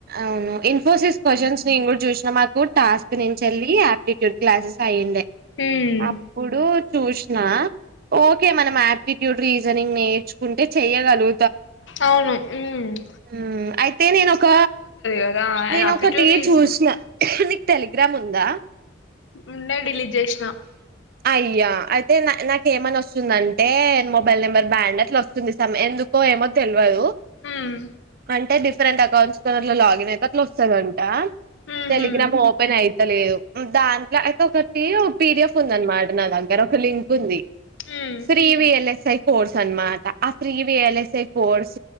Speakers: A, on the right; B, on the left.
A: అవును. ఇన్ఫోసిస్ క్వశ్చన్స్ నేను గుడ్ చూసిన మాకు టాస్ <unintelligible> చల్లి ఆటిట్యూడ్ క్లాసెస్ అయ్యిండే
B: ఉమ్
A: అప్పుడు చూసిన ఓకే మనం ఆట్టిట్యూడ్, రీజనింగ్ నేర్చుకుంటే చెయ్యగలు
B: అవును మ్
A: మ్ అయితే నేనొక
B: కదా
A: నేన్
B: అప్టిట్యూడ్
A: ఒకటి
B: రీజన్
A: చూసిన నీక్ టెలిగ్రామ్ ఉందా
B: ఉండే డిలీట్ చేసిన
A: అయ్యా అయితేే నా నాక్ ఏమనొస్తుందంటే మొబైల్ నెంబర్ బ్యాండ్ అట్ల వస్ స్తుంది. సమ్ ఎందుకో ఏమో తెల్వదు.
B: ఉమ్
A: అంటే డి డిఫరెంట్ అకౌంట్స్ ఒకసార్ అట్ల లాగిన్ అయితే అట్ల వస్తదంటా
B: ఉహు
A: టెలిగ్రామ్ ఓపెన్ అయి అయిలేదు దాంట్ల అయితే ఒకటి పిడిఎఫ్ ఉందన్మాట నా దగ్గర ఒక లింకుంది.
B: ఉమ్
A: శ్రీ వి ఎల్ఎస్ఐ కోర్స్ అన్మాట. ఆ ఫ్రీ వి ఎల్ఎస్ఐ కోర్స్